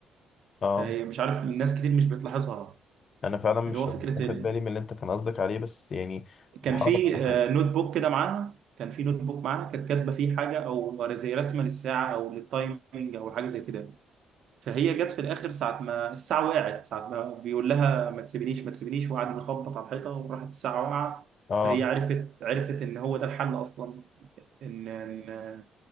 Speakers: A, on the left (about 50°); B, on the right (about 70°).
A: اه
B: فهي مش عارف الناس كتير مش بتلاحظها
A: انا فعلا مش
B: اللي هو فكره
A: مش واخد
B: ال...
A: بالي من اللي انت كان قصدك عليه بس يعني بحاول
B: كان في
A: افكر
B: آه، نوت بوك كده معاها كان في نوت بوك معاها كانت كاتبه فيه حاجه او زي رسمه للساعه او للتايمنج او حاجه زي كده فهي جت في الاخر ساعه ما الساعه وقعت ساعه ما بيقول لها ما تسيبنيش ما تسيبنيش وقعد يخبط على الحيطه وراحت الساعه واقعه
A: اه
B: فهي عرفت عرفت ان هو ده الحل اصلا ان